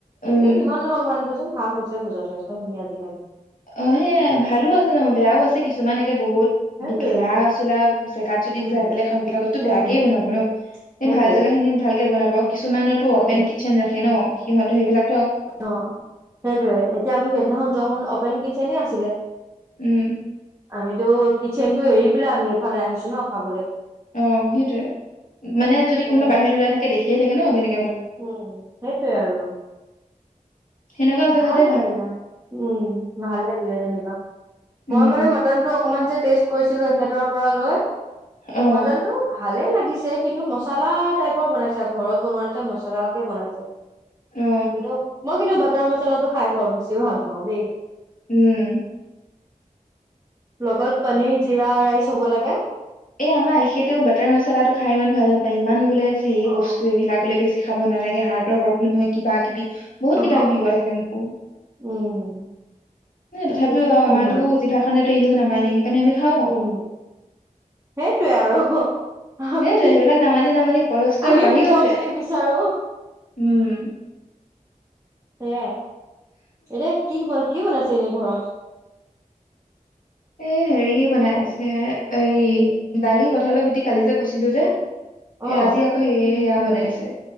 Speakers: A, on the left (about 70°); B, on the right (about 20°).
A: উম
B: কিন্তু যিমান নহওক মান দেচোন ভাল হৈছে বোৰ যথেষ্টখিনি আজিকালি।
A: অ সে ভালো আছে ন বেয়াও আছে কিছুমান একে বহুত
B: সেইটোয়ে
A: গেলা চোলা জেগাত যদি
B: উম
A: যাই বেললে খাবিলাকতো বেয়াকে
B: উম
A: বনাব ন এই
B: সেইটোয়ে
A: ভাল জেগা খিনিত ভালকে বনাবা। আৰু কিছুমানতো
B: উম
A: অপেন কিটচেন ৰাখে ন সিহঁত সেইবিলাক
B: অ সেইটোৱে, এতিয়া আমি সেইদিনাখন যোৱাখন অপেন কিচেনে আছিলে।
A: উম
B: আমিতো কিচনতটো এৰি পেলাই আমি এফালে আহিছো ন খাবলৈ
A: অ সেইটয়ে মানে যদি
B: সেয়াই
A: কোনোবা বাহিৰ লৈ থাকে দেখিয়ে থাকে ন কেনে
B: উম সেইটোৱে আৰু
A: সেনেকুৱা জেগাতে
B: ভাল লাগিলা উম ভাল লাগিলে যেনিবা।
A: উম
B: মই মানে মটনটো অকমান যে টেষ্ট কৰিছিলো এখতৰ পৰা লৈ।
A: অ
B: মটনটো ভালে লাগিছে কিন্তু মচলা টাইপৰ বনাইছে ঘৰত বনোৱা মছলাকে বনাইছে।
A: অ
B: কিন্তু মই কিন্তু বাটাৰ মচলাটো খাই বৰ বেছি ভাল পাওঁ দেই।
A: উম।
B: লগত পনিৰ জিৰা ৰাইচ হ'ব লাগে।
A: এ আমাৰ এখেতেও বাটাৰ মচালাটো খাই ইমান ভাল নাপায় ইমান বোলে হেৰি
B: অ
A: বস্তু এইবিলাক বোলে। বেছি খাব নালাগে হাৰ্টৰ প্ৰব্লেম হয় কিবা কিবি বহুত
B: অ
A: কিবা কিবি কৈ থাকে মোকো।
B: উম
A: ন তথাপিও
B: কিনো
A: আৰু আমাৰো
B: ক'ম
A: জিভাখনেতো এনেও নামানি সেইকাৰণে আমি খাওঁ।
B: উম সেইটোৱে আৰু। আমি
A: সেইটো সেইবিলাক নামানি নামানি কলেষ্ট্ৰল
B: আমি
A: বাঢ়ি
B: মুখৰ
A: গৈছে
B: জুতি বিচাৰো
A: উম। <inaudible>
B: সে এতি কি কি বনাইছে এনেই ঘৰত?
A: এ হেৰি বনাই আছে এই দালি কথালত উটি কালি যে কৈছিলো যে
B: অহ,
A: এ আজি আকৌ সেয়ে সেয়া বনাইছে,